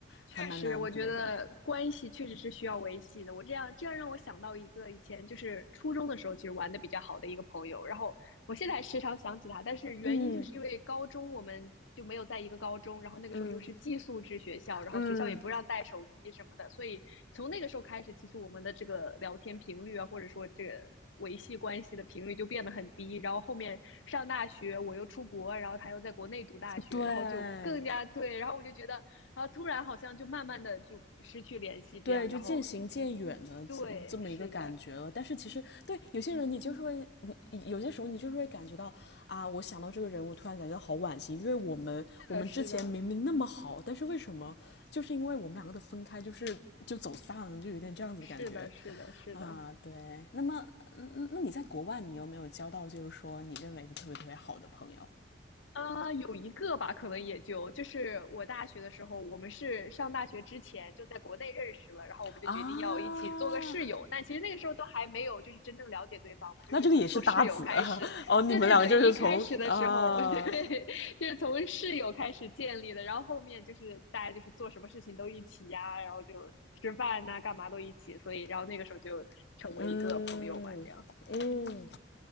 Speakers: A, on the left; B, on the left.
A: 还蛮难得的。
B: 确实，我觉得关系确实是需要维系的。我这样这样让我想到一个以前就是初中的时候，其实玩的比较好的一个朋友，然后我现在还时常想起他，但是原因就是因为高中我们就没有在一个高中，
A: 嗯
B: 然后那个时候又是寄宿制学校，
A: 嗯
B: 然后学校也不让带手机什么的，
A: 嗯，
B: 所以从那个时候开始，其实我们的这个聊天频率啊，或者说这个维系关系的频率就变得很低。然后后面上大学，我又出国，然后他又在国内读大学，
A: 对
B: 然后就更加对，然后我就觉得。然后突然好像就慢慢的就失去联系，这样，
A: 对，就渐行渐远的嗯这么一个感觉了。
B: 然后对，是的，
A: 但是其实对有些人，你就是会，你有些时候你就是会感觉到啊，我想到这个人，我突然感觉到好惋惜，因为我们我们之前明明那么好，
B: 是的，
A: 但是为什么就是因为我们两个的分开，就是就走散，就有点这样子的感觉
B: 是的，是的，是的，
A: 啊。
B: 是的，
A: 对，那么嗯，嗯那你在国外，你有没有交到就是说你认为的特别特别好的朋友
B: 啊，有一个吧，可能也就就是我大学的时候，我们是上大学之前就在国内认识了，然后我们就决定要一起做个室友，
A: 啊？
B: 但其实那个时候都还没有就是真正了解对方嘛，就是从做室友开始，
A: 那这个也是搭子 <laughs> 哦，你们两个就是从啊
B: 对对对，一开始的时候，<laughs> 对，就是从室友开始建立的，然后后面就是大家就是做什么事情都一起呀，然后就吃饭呐、干嘛都一起，所以然后那个时候就成为一个朋友吧，
A: 嗯嗯，
B: 这样，